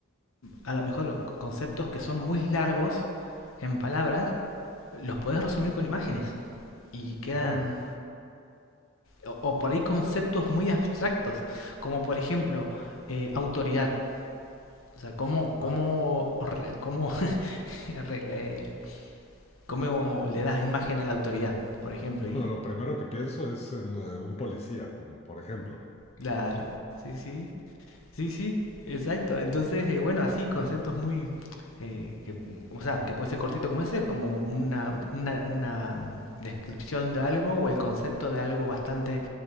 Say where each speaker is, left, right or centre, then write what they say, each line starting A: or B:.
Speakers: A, on the left; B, on the left.
A: a lo mejor conceptos que son muy largos en palabras, los podés resumir con imágenes. y quedan,
B: Claro.
A: o, o por ahí conceptos muy abstractos, como por ejemplo eh, autoridad. O sea, ¿cómo, cómo,
B: Ah,
A: cómo, <laughs> eh, cómo le das imagen a la autoridad, por ejemplo?
B: Bueno,
A: Y
B: lo primero que pienso es en eh, un policía, por, por ejemplo.
A: claro, sí, sí, sí, sí, exacto. Entonces, eh, bueno, así conceptos muy... eh, que, o sea, que puede ser cortito como ese, como una, una, una mm, descripción de algo o el concepto de algo bastante,